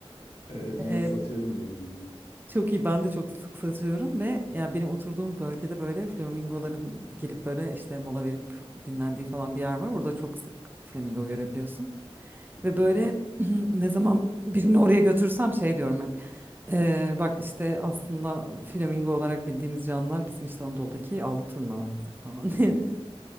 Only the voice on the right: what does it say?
E,
çok iyi ben de çok sık satıyorum ve yani benim oturduğum bölgede böyle flamingoların gelip böyle işte mola verip dinlendiği falan bir yer var. Orada çok sık flamingo görebiliyorsun.
Ve böyle <laughs> <clears throat> ne zaman birini oraya götürsem şey diyorum hep. "Ee, bak işte aslında flamingo olarak bildiğimiz canlılar bizim işte Anadolu'daki avlu turnalardır falan
diye.